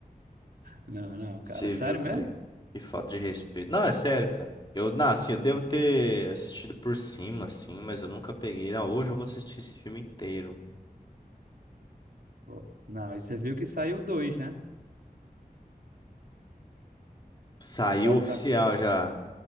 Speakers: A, on the right (about 70°); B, on the left (about 30°).
A: Não, não, cara.
B: Você
A: Sério
B: viu, cara?
A: mesmo?
B: Que falta de respeito. Não, é sério, cara. Eu, não, assim, eu devo ter assistido por cima, assim, mas eu nunca peguei. Não, hoje eu vou assistir esse filme inteiro.
A: Pô. Não, e você viu que saiu dois, né?
B: Saiu
A: O Auto
B: oficial
A: da... Com-
B: já.